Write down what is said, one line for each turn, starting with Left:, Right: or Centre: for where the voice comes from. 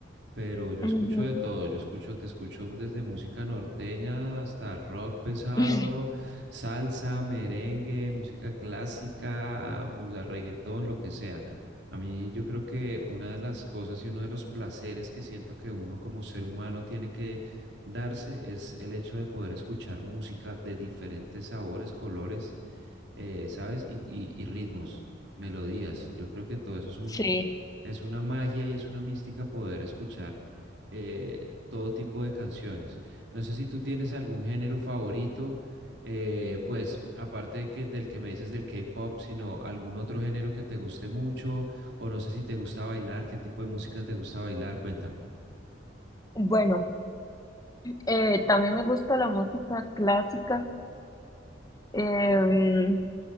Right: pero yo
Left: Ujú.
Right: escucho de todo, yo escucho, te escucho desde música norteña hasta rock pesado,
Left: <laughs>
Right: salsa, merengue, música clásica, música reggaetón, lo que sea. A mí yo creo que una de las cosas y uno de los placeres que siento que uno como ser humano tiene que darse es el hecho de poder escuchar música de diferentes sabores, colores, eh, ¿sabes? y y- y ritmos, melodías. Yo creo que todo eso es un
Left: Sí.
Right: es una magia y es una mística poder escuchar eh, todo tipo de canciones. No sé si tú tienes algún género favorito, eh, pues aparte de que, del que me dices del K-pop, sino algún otro género que te guste mucho, o no sé si te gusta bailar, qué tipo de música te gusta bailar, cuéntame.
Left: Bueno, eh, también me gusta la música clásica. Em,